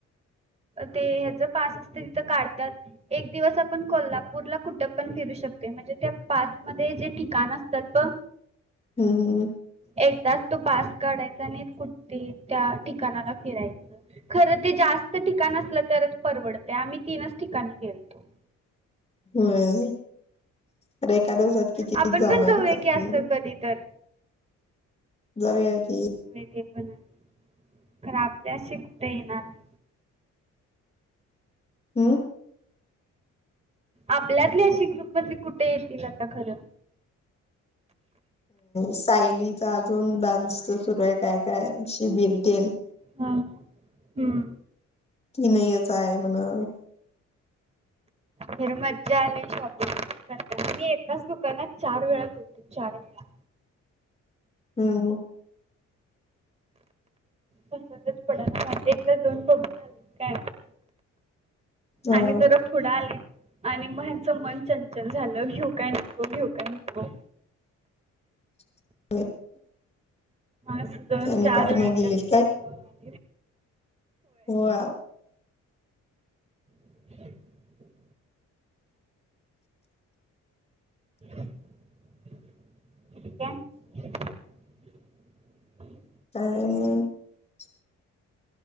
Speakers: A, on the right (about 20°); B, on the left (about 20°).
A: ते ह्याच पास असतील तर काढतात. एक दिवस आपण कोल्हापूरला कुठं पण फिरू शकतो. म्हणजे त्या पास मध्ये जे ठिकाण असतात प
B: हम्म हम्म हम्म
A: एकदाच तो पास काढायचा आणि कुठ त्या ठिकाणाला फिरायच. खर ते जास्त ठिकाण तरच परवडत. आम्ही तीनच ठिकाणी गेलतो.
B: हम्म त्या दिवसात किती
A: आपण
B: जाणार
A: पण जाऊया
B: तर तुम्ही?
A: की असं कधी तर
B: जाऊया की.
A: नाही ते पण आहे. खरं आपल्याशी कुठे येणार नाही.
B: हम्म
A: आपल्यातली अशी ग्रुप मध्ये कुठे येतील आता खरं.
B: सायलीचा अजून डान्सच सुरू आहे काय काय शिबिर तेन.
A: हा हम्म
B: की नाही यायच आहे म्हण.
A: फिर मज्जा आली शॉपिंग मी एकाच दुकानात चार वेळा गेलतो. चार वेळा
B: हम्म
A: पसंतच पडणा झाले. एकदा दोन पोशाख घालू काय?
B: ह
A: आणि जरा पुढं आली आणि मग ह्याचं मन चंचल झालं. घेऊ काय नको. घेऊ काय नको.
B: <inaudible>
A: असं दोन
B: त्यानी
A: चार
B: पाठीमागे
A: वेळाला
B: गेलीत
A: त्या दुकानात जाऊन आली.
B: होय
A: <inaudible>
B: <inaudible>
A: <unintelligible>
B: <unintelligible>